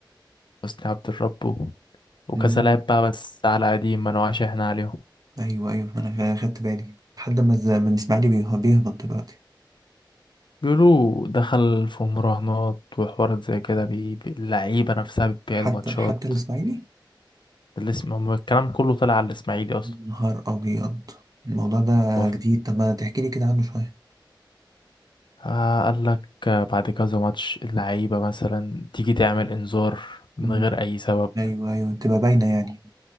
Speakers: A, on the left; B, on the right.
A: حسني عبد الرب و- وكذا
B: ربه
A: لاعب بقى بس على قديم ما نوعش احنا عليهم
B: ايوه ايوه انا خدت بالي لحد ما الز- من الاسماعيلي بيه- بيهبط دلوقتي
A: بيقولوا دخل في مراهنات وحوارات زي كده بي... بي- اللعيبة نفسها بتبيع
B: حتى
A: الماتشات
B: حتى الاسماعيلي
A: الاسم... الكلام كله طلع على الإسماعيلي أصلا
B: نهار ابيض الموضوع ده
A: هو ف-
B: جديد طب ما تحكي لي كده عنه شويه
A: آه قال لك بعد كذا ماتش اللعيبة مثلا تيجي تعمل إنذار من
B: مم.
A: غير أي سبب
B: ايوه ايوه تبقى باينه يعني